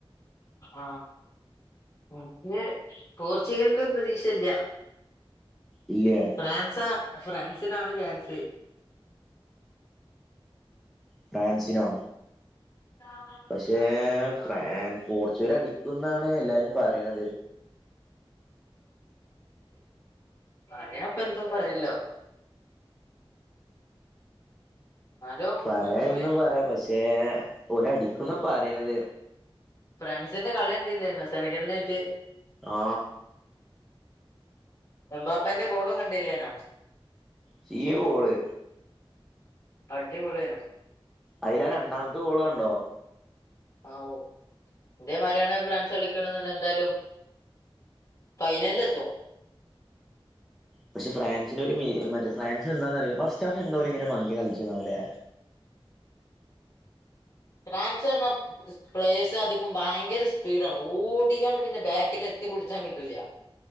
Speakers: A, on the left; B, in the centre.
A: ആ ന്നെ പോർച്ചുഗലിനും പ്രതീക്ഷയില്ല
B: ഇല്ലേ
A: ഫ്രാൻസാ ഫ്രാൻസിനാണ് ചാൻസേ
B: ഫ്രാൻസിനോ
A: ആ <unintelligible>
B: പക്ഷേ
A: അത്
B: ഫ്രാൻ പോർച്ചുഗൽ അടിക്കുന്നാണ് എല്ലാരും പറയണത്
A: അന അപ്പൊ എന്തും പറയല്ലോ എന്നാലും
B: പറയാൻ
A: നമ്മുടെ
B: എന്തും പറയാ പക്ഷേ ഓല ടി ഒന്നെ പറയണത്
A: ഫ്രാൻസിന്റെ കളികണ്ടില്ലാരുന്നോ തലക്കലിനായിട്ട്
B: ആ
A: എമ്പാപ്പാന്റെ കോളും കണ്ടില്ലേനാ
B: സി എം ഓള്
A: അടിപൊളിയാ
B: അയിലാ രണ്ടാമത്തെ ഗോള് കണ്ടോ
A: ആ ഓ ഇതേമാതിരിയാണ് ഫ്രാൻസ് കളിക്കണ എന്തായാലും ഫൈനലിലെത്തും
B: പക്ഷെ ഫ്രാൻസിന്റെ ഒരു മീ മറ്റേ ഫ്രാൻസി എന്താഎന്നറിയാമോ ഫസ്റ്റ് ഹാഫ് എന്തോരിങ്ങനെ മങ്കി കളിച്ച പോലെ
A: ഫ്രാൻസ് പറഞ്ഞ പ്ലേസ് അധും ഭയങ്കര സ്പീഡാണ് ഓടിക്കാണ്ട് പിന്നെ ബാക്കിലെത്തി പിടിച്ചാൻ കിട്ടൂല